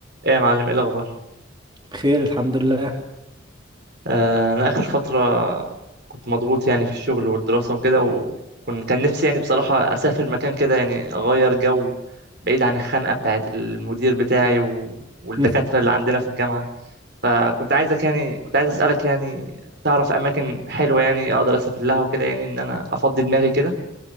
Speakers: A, on the right; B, on the right.
A: ايه يا معلم ايه الاخبار
B: بخير الحمد لله
A: آه انا اخر فتره كنت مضغوط يعني في الشغل والدراسه وكده وكنت كان نفسي يعني بصراحه اسافر مكان كده يعني اغير جو بعيد عن الخنقه بتاعه المدير بتاعي و... والدكاتره
B: مم.
A: اللي عندنا في الجامعه فكنت عايزك يعني كنت عايز اسالك يعني تعرف اماكن حلوه يعني اقدر اسافر لها وكده يعني ان انا افضي دماغي كده